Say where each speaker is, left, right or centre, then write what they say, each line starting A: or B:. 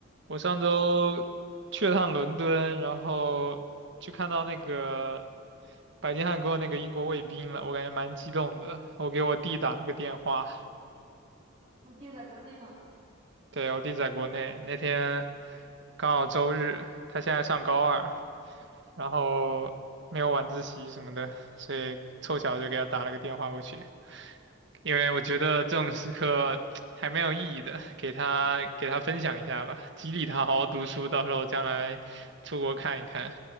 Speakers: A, on the right (about 60°); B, on the right (about 30°).
A: 我上周去了趟伦敦，然后去看到那个白金汉宫那个英国卫兵了，我感觉蛮激动的。我给我弟打了个电话，
B: 你弟在国内吗？
A: 对，我弟在国内，那天刚好周日，他现在上高二，然后没有晚自习什么的，所以凑巧就给他打了个电话过去，因为我觉得这种时刻还蛮有意义的，给他给他分享一下吧，激励他好好读书，到时候将来出国看一看。